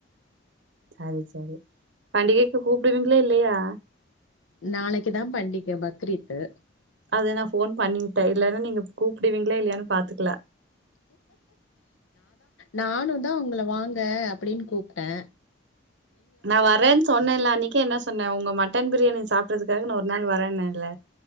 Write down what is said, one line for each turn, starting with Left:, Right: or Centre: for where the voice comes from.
Right: சரி சரி பண்டிகைக்கு கூப்புடுவீங்களா இல்லையா
Left: நாளைக்குதான் பண்டிக்க பக்ரீத்து
Right: அத நா போன் பண்ணிட்டே இல்லன்னா நீங்க கூப்புடுவீங்ளா இல்லையானு பாத்துட்டு இல்ல
Left: நானும் தா உங்கள வாங்க அப்டின் கூப்டே
Right: நா வரேன் சொன்னேல அன்னைக்கி நீ என்ன சொன்னே உங்க மட்ட மட்டன் பிரியாணி சாப்புறதுக்காக நா ஒரு நான் வரேன்னஇல்ல